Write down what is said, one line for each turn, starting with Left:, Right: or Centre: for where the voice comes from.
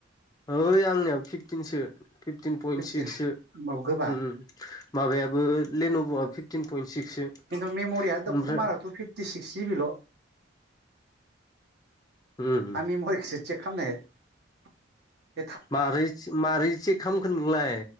Left: ओइ आंनियाव फिफटिनसो फिफटिन पइन्ट
Right: फिफटिन
Left: सिक्स
Right: होमबाबो
Left: सिक्ससो
Right: गोबा
Left: माबायाबो लेन'भ'आ फिफटिन पइन्ट सिक्ससो
Right: खिन्थु मेम'रियाथ'
Left: ओमफ्राय
Right: खमाराथ' फिफ्टि सिक्स जिबिल'
Left: उम
Right: आंमरिखिसो चेक खालामनो
Left: मारै मारैे खामखो नोंलाय